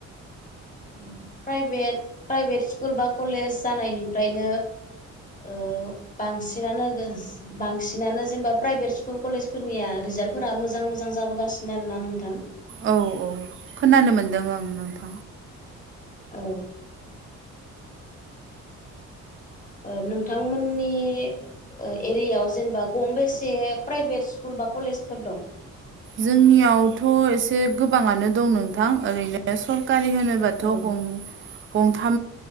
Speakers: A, on the left (about 25°); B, on the right (about 40°).
A: <inaudible> औ प्राइभेट प्राइभेट स्कुल बा कलेज जानायनिफ्रायनो' ओ बांसिनानो बांसिनानो जेनेबा प्राइभेट स्कुल कलेजफोरनिया रिजाल्टफोरा मोजां मोजां जाबोगासिनो आरो ना नोंथां।
B: औ औ खोनानो मोनदों ओं नोंथां।
A: औ। <inaudible> ओ नोंथांमोननि ओ एरियायाव जेनेबा गंबेसे स्कुल बा कलेजफोर दं।
B: जोंनियावथ' एसे गोबाङानो दं नोंथां ओरैनो सरकारि होनोब्ला
A: औ